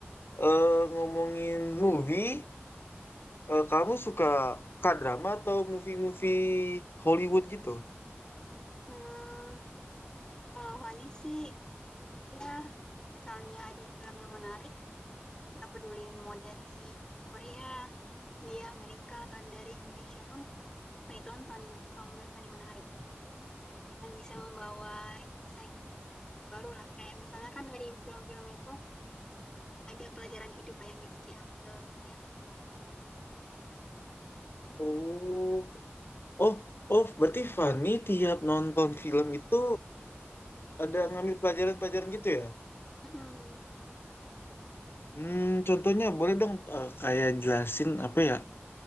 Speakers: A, on the left; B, on the left.
A: eh, ngomongin movie. Eh, kamu suka K-drama atau movie-movie Hollywood gitu?
B: hmm, kalau Fani sih, ya misalnya ada film yang menarik, nggak peduli mau dari Korea, India, Amerika, atau dari Indonesia pun, Fani tonton gitu kalau menurut Fani menarik. Dan bisa membawa insight baru lah, kayak misalnya kan dari film-film itu, ada pelajaran hidup lah yang bisa diambil gitu ya.
A: Oh, oh, oh, berarti Fanny tiap nonton film itu ada ngambil pelajaran-pelajaran gitu ya?
B: hmm
A: Hmm, contohnya boleh dong eh, kayak jelasin apa ya?